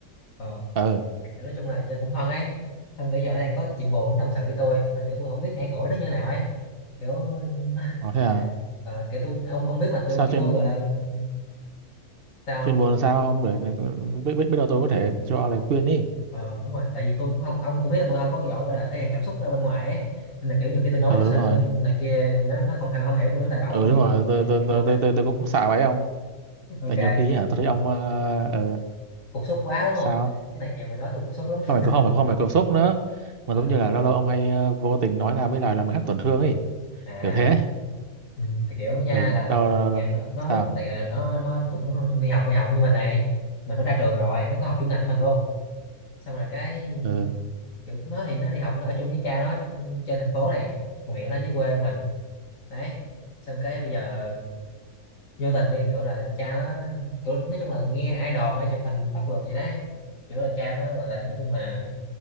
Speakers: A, on the left; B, on the right.
A: Ờ
B: ờ
A: kiểu nói chung là chơi cũng thân ấy xong cái giờ nó đang có chuyện buồn nó tâm sự với tôi mà kiểu tôi không biết an ủi nó như nào ấy kiểu <laughs>
B: ờ, thế à
A: ờ, kiểu tôi ông ông biết mà tôi
B: sao
A: kiểu
B: chuyện
A: tôi gọi là ừ, sao
B: chuyện
A: không?
B: buồn sao ông để để- biết biết biết đâu tôi có thể cho lời khuyên đi
A: ờ đúng rồi tại vì tôi cũng không ông cũng biết là tôi không có giỏi gọi là thể hiện cảm xúc ra bên ngoài ấy nên là kiểu nhiều khi tôi nói
B: ừ
A: tôi
B: đúng
A: sợ
B: rồi
A: nó này kia nó nó không thèm không hiểu tôi nó lại bảo
B: ừ
A: tôi
B: đúng rồi tôi tôi tôi
A: cục
B: tôi tôi, tôi cũng sợ vậy ông
A: <laughs> ok
B: tại nhiều khi hả tôi thấy ông ờ ờ,
A: cục xúc quá đúng không
B: sao
A: cái này nhiều người nói tôi cục xúc lắm
B: không phải
A: <laughs>
B: không phải không phải cột sốc nữa mà
A: Ờ,
B: giống như là lâu lâu ông hay ờ, vô tình nói ra mấy lời làm người khác tổn thương ấy
A: à
B: kiểu thế
A: Ừ, tại kiểu nha
B: ừ
A: là
B: đâu, đâu,
A: nhà
B: đâu.
A: nó nó
B: sao
A: tại là nó nó cũng đi học đi học như mình này mình nó ra trường rồi nó có học chung ngành với mình luôn xong rồi cái
B: ừ
A: kiểu nó thì nó đi học nó ở chung với cha nó trên thành phố này còn mẹ nó dưới quê mình đấy xong cái bây giờ vô tình đi kiểu là cha nó kiểu nói chung là nghe ai đồn ai chụp hình bắt vượt gì đấy kiểu là cha nó gọi là nói chung là